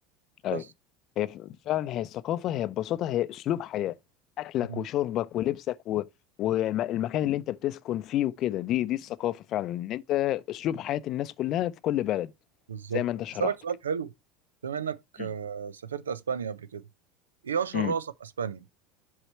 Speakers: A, on the left; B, on the right.
A: ايوه
B: بس
A: هي ف- فعلا هي الثقافه هي ببساطه هي اسلوب حياه اكلك
B: مم.
A: وشربك ولبسك و... والمكان اللي انت بتسكن فيه وكده دي دي الثقافه فعلا ان انت اسلوب حياه الناس كلها في كل بلد
B: بالظبط
A: زي ما انت شرحت
B: أسألك سؤال
A: كده
B: حلو بما إنك
A: مم.
B: آه، سافرت أسبانيا قبل كده إيه أشهر
A: مم.
B: رقصة في أسبانيا؟